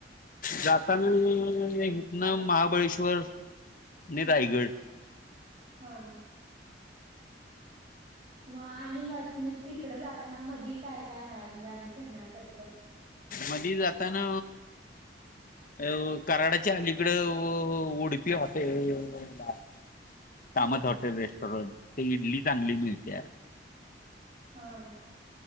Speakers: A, on the left; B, on the right.
A: जातानी हितनं महाबळेश्वर आणि
B: हा
A: रायगड
B: हा. मग आणि म म तिकडं जाताना मधी काय काय आहे म्हणजे आणि फिरण्यासारखं?
A: मधी जाताना अ कराडाची अलीकडं उडुपी हॉटेलला. कामत
B: हा
A: हॉटेल रेस्टॉरंट ते इडली चांगली मिळत्या.
B: हा.